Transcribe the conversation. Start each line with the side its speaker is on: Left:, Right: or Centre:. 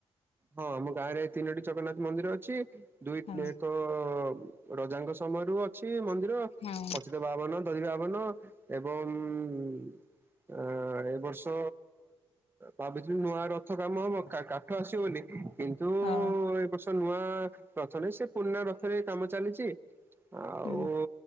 Right: ହଁ ଆମ ଗାଁ ରେ ତିନୋଟି ଜଗନ୍ନାଥ ମନ୍ଦିର ଅଛି ଦୁଇ
Left: ହଁ
Right: <unintelligible> ରାଜାଙ୍କ ସମୟରୁ ଅଛି ମନ୍ଦିର
Left: ହଁ
Right: ପଛ ବାବନ ଦହି ବାବନ ଏବଂ ଉଁ ଅ ଏ ବର୍ଷ ଭାବିଥିଲି ନୂଆ ରଥ କାମ ହବ ଅ କାଠ ଆସିବ ବୋଲି କି କିନ୍ତୁ
Left: ହଁ।
Right: ଆଉ ଏ ବର୍ଷ ନୂଆ ରଥରେ ସେ ପୁରୁଣା ରଥରେ କାମ ଚାଲିଛି ଆଉ
Left: ହୁଁ